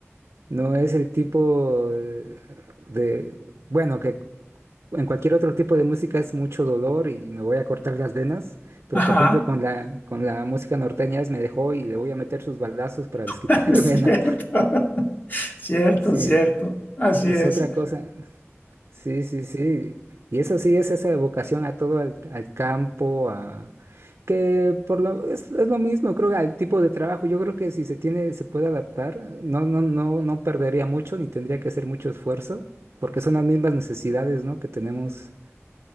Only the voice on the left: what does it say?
Ajá.
<laughs> Cierto,
<laughs> cierto,
cierto. Así
es.